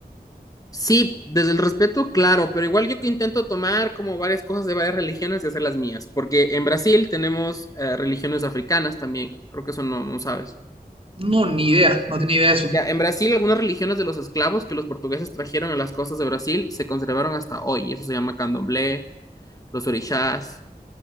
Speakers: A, on the left; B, on the right.
A: Sí, desde el respeto, claro, pero igual yo que intento tomar como varias cosas de varias religiones y hacer las mías, porque en Brasil tenemos eh, religiones africanas también, creo que eso no, no sabes.
B: No, ni idea, no tenía idea de eso.
A: Ya, en Brasil algunas religiones de los esclavos que los portugueses trajeron a las costas de Brasil se conservaron hasta hoy, y eso se llama candomblé, los orixás,